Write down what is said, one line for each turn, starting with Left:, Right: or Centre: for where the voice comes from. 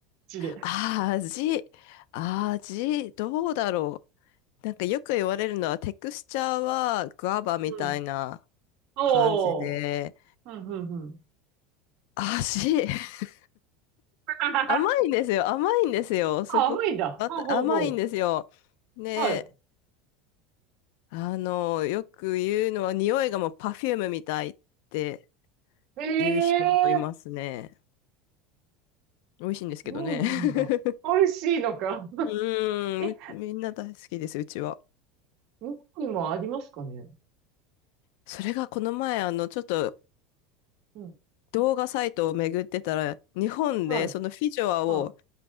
Right: 口で。
Left: あー味、味、どうだろう。なんかよく言われるのは、テクスチャーはグアバみたいな
Right: うん。おー。
Left: 感じで、
Right: うん、うん、うん。
Left: 味、<laughs>
Right: <laughs>
Left: 甘いんですよ。甘いんですよ。すごく、
Right: あ、甘いんだ。
Left: あ甘いんですよ。
Right: ほうほうほう。
Left: で、
Right: はい。
Left: あの、よく言うのは、匂いがもうパフュームみたいって
Right: ええ
Left: 言う人もいますね。美味しいんですけどね。
Right: そうなんだ。
Left: <laughs>
Right: 美味しいのか。
Left: うーん、
Right: え、
Left: みみんな大好きです、うちは。
Right: 日本にもありますかね
Left: それがこの前、あの、ちょっと
Right: うん。
Left: 動画サイトを巡ってたら、日本でそのフィジョアを
Right: はい。は